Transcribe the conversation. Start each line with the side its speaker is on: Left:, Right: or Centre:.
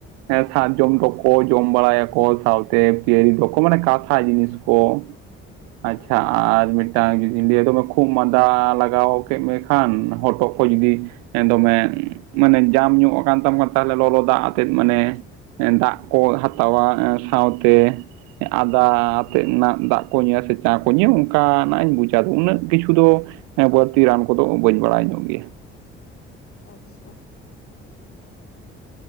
Right: ᱥᱟᱨᱡᱚᱢ ᱡᱚ ᱠᱚ ᱡᱚᱢ ᱵᱟᱲᱟᱭᱟ ᱠᱚ ᱥᱟᱶᱛᱮ ᱯᱤᱭᱟᱨᱤ ᱠᱚ ᱠᱚ ᱢᱟᱱᱮ ᱠᱟᱥᱟ ᱡᱤᱱᱤᱥ ᱠᱚ
Left: ᱦᱳᱭ
Right: ᱟᱪᱪᱷᱟ
Left: ᱦᱳᱭ
Right: ᱟᱨ ᱢᱤᱫ ᱡᱩᱫᱤ ᱞᱟᱹᱭᱟ ᱫᱚᱢᱮ ᱠᱷᱩᱜ ᱢᱟᱸᱫᱟ ᱞᱟᱜᱟᱣ ᱠᱮᱫ ᱢᱮ ᱠᱷᱟᱱ ᱦᱚᱴᱚᱜ ᱠᱚ ᱡᱩᱫᱤ ᱫᱚᱢᱮ ᱢᱟᱱᱮ ᱡᱟᱢ ᱧᱚᱜ ᱟᱠᱟᱱ ᱛᱟᱢᱟ ᱛᱟᱦᱚᱞᱮ ᱞᱚᱞᱚ ᱫᱟᱜ ᱟᱛᱮᱜ ᱢᱟᱱᱮ ᱫᱟᱜ ᱠᱚ ᱦᱟᱛᱟᱣᱟ ᱥᱟᱶᱛᱮ ᱟᱫᱟ ᱟᱛᱮᱫ ᱨᱮᱱᱟᱜ ᱫᱟᱜ ᱠᱚ ᱧᱩᱭᱟ ᱥᱮ ᱪᱟ ᱠᱚ ᱧᱩᱭᱟ ᱚᱱᱠᱟᱱᱟᱜ ᱤᱧ ᱵᱩᱡᱟ ᱩᱱᱟᱹᱜ ᱠᱤᱪᱷᱩ ᱫᱚ ᱦᱮᱸ ᱵᱟᱹᱲᱛᱤ ᱨᱟᱱ ᱠᱚᱫᱚ ᱵᱟᱹᱧ ᱵᱟᱲᱟᱭ ᱧᱚᱜ ᱜᱮᱭᱟ
Left: ᱟᱪᱪᱷᱟ